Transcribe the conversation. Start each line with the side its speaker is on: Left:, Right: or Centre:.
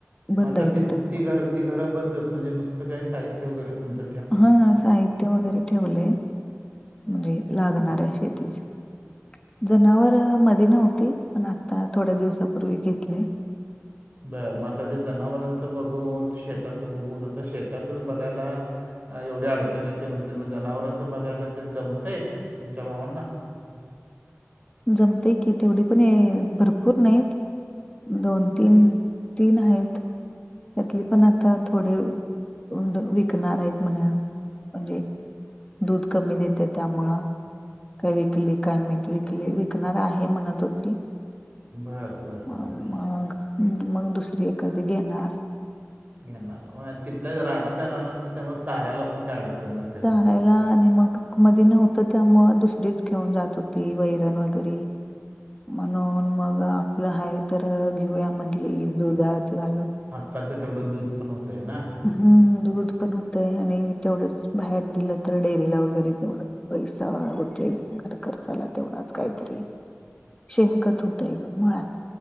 Left: बंद
Right: म आता
Left: आहे
Right: त
Left: तिथं
Right: ती ती घरं बंदच म्हणजे नुसतं काय साहित्य वगैरे तुमच.
Left: हा साहित्य वगैरे ठेवलंय म्हणजे लागणार आहे शेतीच. जनावर मध्ये नव्हती पण आता थोड्या दिवसापूर्वी घेतले.
Right: बरं मग आताच्या जनावरांचं बघून शेताचं बघून आता शेताचं बघायला. एवढ्या अडचण येते ते म्हणते मग जनावरचं बघायला ते जमते तुमच्या भावांना.
Left: जमतेय की तेवढी पण भरपूर नाहीत दोन. तीन तीन आहेत त्यातली पण आता थोडे. उ विकणार आहेत म्हणा म्हणजे दूध कमी देते त्यामुळं. काय विकली काय मी विकली विकणार आहे म्हणत होती.
Right: बरं बरं
Left: मग
Right: बरं.
Left: मग दुसरी एखादी घेणार.
Right: या ना तिल्या रानातल्या रानात त्यामुळे चाऱाला पण काय अडचण नसते.
Left: चारायला आणि मग मध्ये नव्हतं त्यामुळे दुसरीच घेऊन जात होती वैरण वगैरे. म्हणून मग आपलं हाय तर घेऊया म्हटली दुधाच घालून.
Right: काच तेवढं दूध पण होतं आहे ना.
Left: हम्म दूध पण होतं आणि तेवढंच बाहेर दिलं तर डेअरीला वगैरे तेवढं. पैसा होत घर खर्चाला तेवढाच काहीतरी शेमकत होतय. म